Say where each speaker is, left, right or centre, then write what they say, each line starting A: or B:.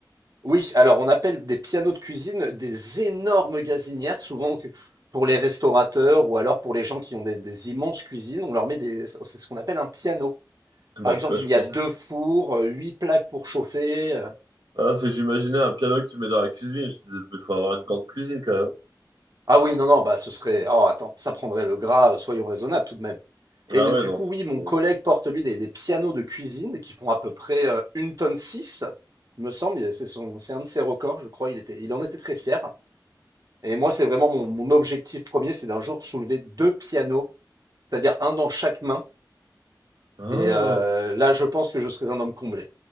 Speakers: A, on the right (about 55°); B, on the right (about 80°).
A: Oui, alors on appelle des pianos de cuisine des énormes gazinières, souvent que- pour les restaurateurs ou alors pour les gens qui ont des, des immenses cuisines, on leur met des, c'est ce qu'on appelle un piano.
B: Ah
A: Par
B: Bah,
A: exemple,
B: tu vois, je
A: il y
B: pense.
A: a deux fours, euh, huit plaques pour chauffer. euh.
B: Ah, c'est que j'imaginais un piano que tu mets dans la cuisine. Je disais, il faut avoir une grande cuisine quand même.
A: Ah oui, non, non, bah ce serait, oh attends, ça prendrait le gras, euh, soyons raisonnables tout de même.
B: Ah
A: Et
B: ouais,
A: du
B: non,
A: coup,
B: faut,
A: oui,
B: faut-
A: mon collègue porte lui des, des pianos de cuisine qui font à peu près euh, une tonne six, il me semble, c'est son, c'est un de ses records, je crois, il était, il en était très fier. Et moi, c'est vraiment mon, mon objectif premier, c'est d'un jour soulever deux pianos, c'est-à-dire un dans chaque main.
B: Ah,
A: Et euh, là, je pense que je serais un homme comblé.